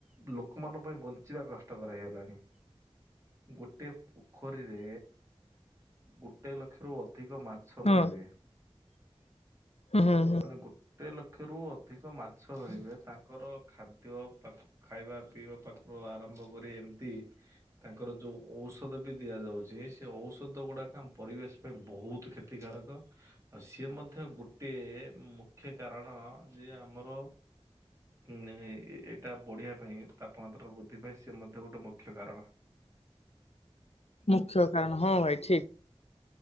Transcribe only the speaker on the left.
ହଁ ହୁଁ ହୁଁ ହୁଁ
ମୁଖ୍ୟ କାରଣ ହଁ ଭାଇ ଠିକ।